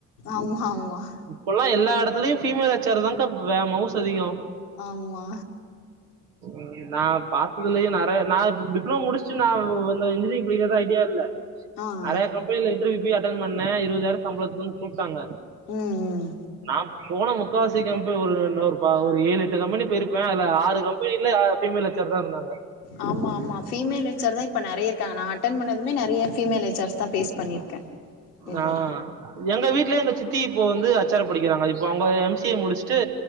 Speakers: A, on the left; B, on the right.
A: ஆமா ஆமா
B: இப்பெல்லா எல்லா இடத்துலயு ஃபீமேல் ஹெச் ஆர் தாக்கா வே மவுஸ் அதிகோ
A: ஆமா
B: ம் நா பாத்ததுலயே நெறைய நா இப்ப டிப்ளோமோ முடிச்சிட்டு நா வந்து இன்ஜினியரிங் படிக்கிறதா ஐடியா இல்ல
A: ஆ ஆ
B: நெறைய கம்பெனில இன்டர்வியூ போய் அட்டன் பண்ணே இருபதாயிரோ சம்பளத்துக்குன்னு கூப்ட்டாங்க
A: ம் ம்
B: நா போன முக்காவாசி கம்பெ ஒரு ஒரு பா ஒரு ஏழு எட்டு கம்பெனி போயிருப்பே அதுல ஆறு கம்பெனில்ல ஃபிமேல் ஹெச் ஆர் தா இருந்தாங்க
A: ஆமா ஆமா பீமேல் ஹெச் ஆர் தா இப்ப நெறைய இருக்காங்க நான் அட்டன் பண்ணது அதுமே நெறைய பீமேல் ஹெச் ஆர்ஸ் தா பேஸ் பண்ணிருக்கே இது
B: ஆ
A: வரைக்கு
B: எங்க வீட்லயே எங்க சித்தி இப்போ வந்து ஹெச் ஆரா படிக்கிறாங்க இப்ப அவுங்க எம் சி ஏ முடிச் ட்டு